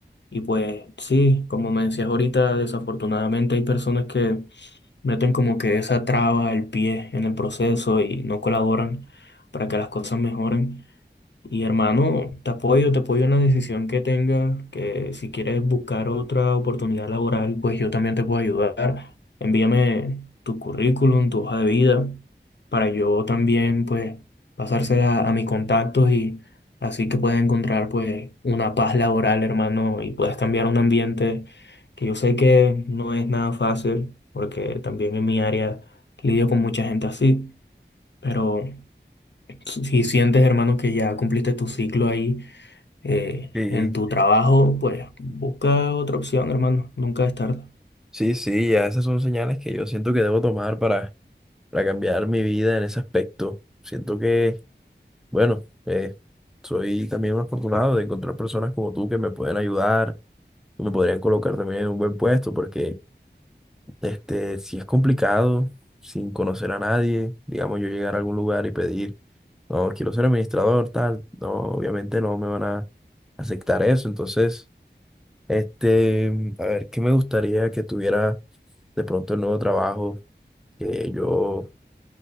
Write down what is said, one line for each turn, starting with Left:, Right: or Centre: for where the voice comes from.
Left: Y pues sí, como me decías ahorita, desafortunadamente hay personas que meten como que esa traba, el pie en el proceso y no colaboran para que las cosas mejoren. Y hermano, te apoyo, te apoyo en la decisión que tengas, que si quieres buscar otra oportunidad laboral, pues yo también te puedo ayudar. Envíame tu currículum, tu hoja de vida, para yo también, pues, pasársela a mis contactos y así que puedas encontrar, pues, una paz laboral, hermano, y puedas cambiar un ambiente que yo sé que no es nada fácil, porque también en mi área lidio con mucha gente así, pero si sientes, hermano, que ya cumpliste tu ciclo ahí, eh,
Centre: Sí,
Left: en tu trabajo, pues busca otra opción, hermano. Nunca es tarde.
Centre: sí, sí, ya esas son señales que yo siento que debo tomar para, para cambiar mi vida en ese aspecto. Siento que, bueno, eh, soy también un afortunado de encontrar personas como tú que me pueden ayudar, que me podrían colocar también en un buen puesto, porque Este, si es complicado, sin conocer a nadie, digamos yo llegar a algún lugar y pedir, no, quiero ser administrador, tal, no, obviamente no me van a aceptar eso. Entonces, este, a ver, ¿qué me gustaría que tuviera de pronto el nuevo trabajo que yo